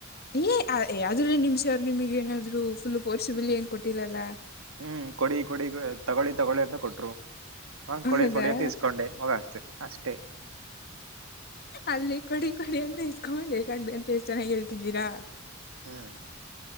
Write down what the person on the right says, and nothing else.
ಹೂ ಕೊಡಿ ಕೊಡಿ ತಗೊಳ್ಳಿ ತಗೊಳ್ಳಿ ಅಂತ ಕೊಟ್ರು. <unintelligible> ನಾನ್ ಕೊಡಿ
ಕೊಡಿ ಅಂತ ಇಸ್ಕೊಂಡೆ ಹೋಗ ಅಷ್ಟೇ ಅಷ್ಟೆ. <unintelligible>
ಹೂ. <unintelligible>